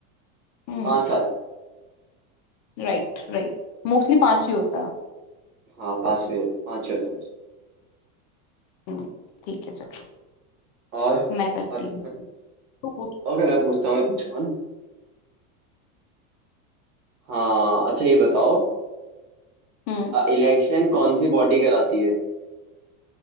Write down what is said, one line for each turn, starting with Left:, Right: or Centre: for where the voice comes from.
Left: हम्म
Right: पांच साल
Left: Right right मोस्टली पांच ही होता है
Right: हाँ पांचवे होता पांचवे होता मुझसे
Left: हम्म ठीक है चलो
Right: और
Left: मैं करती
Right: और
Left: हूँ तू पूछ
Right: ओके मैं पूछता हूँ मैं पूछूंगा ना हाँ अच्छा ये बताओ
Left: Hmm
Right: इलेक्शन कौन सी बॉडी कराती है